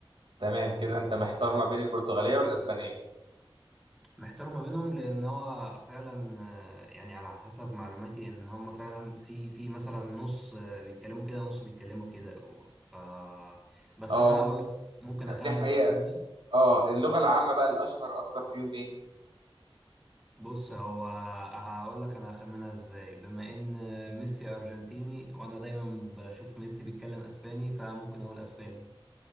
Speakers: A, on the right; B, in the centre.
A: تمام كده أنت محتار
B: آه
A: ما بين البرتغالية والأسبانية
B: محتار ما بينهم لأن هو فعلا آه يعني على حسب معلوماتي إن هما فعلا في في مثلا نص آه بيتكلموا كده نص بيتكلموا كده و- ف بس
A: اه
B: أنا هقول لك ممكن أخمن
A: دي حقيقة
B: تخمينة
A: اه اللغة العامة بقى الأشهر أكتر فيهم إيه
B: بص هو هقول لك انا هخمنها ازاي بما ان ميسي ارجنتيني وانا دايما بشوف ميسي بيتكلم اسباني فممكن اقول اسباني